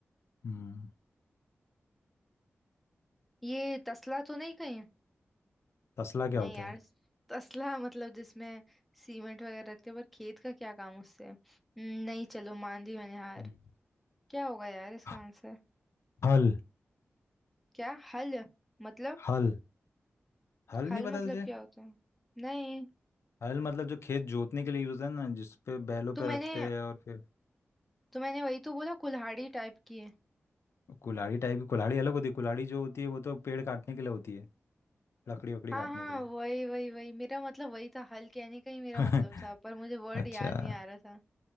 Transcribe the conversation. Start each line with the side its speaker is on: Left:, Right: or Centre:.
Left: हम्म
Centre: ये तसला तो नहीं कहीं
Left: तसला क्या
Centre: नहीं
Left: होता
Centre: यार
Left: है
Centre: तसला मतलब जिसमें सीमेंट वगैरह रखते हैं पर खेत का क्या काम उससे हम्म, नहीं चलो मान ली मैंने हार
Left: हम्म।
Centre: क्या होगा यार इसका
Left: ह-
Centre: आंसर
Left: हल
Centre: क्या हल मतलब
Left: हल हल
Centre: हल
Left: नहीं पता
Centre: मतलब
Left: तुझे
Centre: क्या होता है नहीं
Left: हल मतलब जो खेत जोतने के लिए यूज है ना जिस पे बैलों
Centre: तो
Left: पे
Centre: मैंने
Left: रखते हैं और फिर
Centre: तो मैंने वही तो बोला कुल्हाड़ी टाइप की है
Left: कुल्हाड़ी टाइप की कुल्हाड़ी अलग होती है कुल्हाड़ी जो होती है वो तो पेड़ काटने के लिए होती है लकड़ी वकड़ी
Centre: हाँ
Left: काटने
Centre: हाँ
Left: के लिए
Centre: वही वही वही मेरा मतलब वही था हल कहने का ही मेरा
Left: <laughs>
Centre: मतलब था पर मुझे वर्ड
Left: अच्छा
Centre: याद नहीं आ रहा था